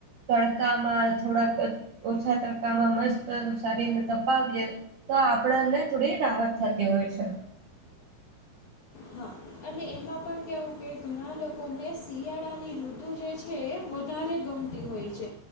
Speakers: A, on the right; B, on the left.
A: તડકામાં થોડાક ઓછા તડકામાં મસ્ત શરીરને તપાવીએ તો આપણને થોડી રાહત થતી હોય છે
B: હા અને એમાં પણ કહેવું કે ઘણા લોકોને શિયાળાની ઋતુ જે છે એ વધારે ગમતી હોય છે